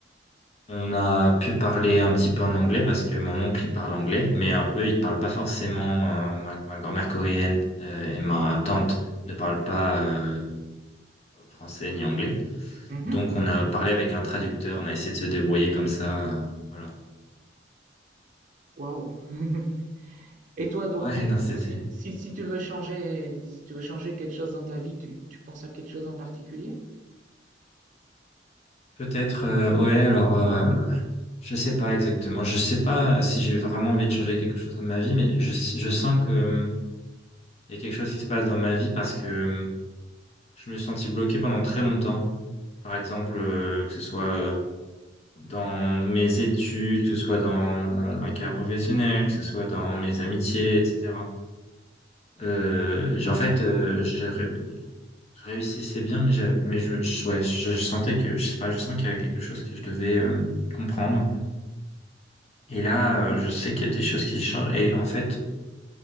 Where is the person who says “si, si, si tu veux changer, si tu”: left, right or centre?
Right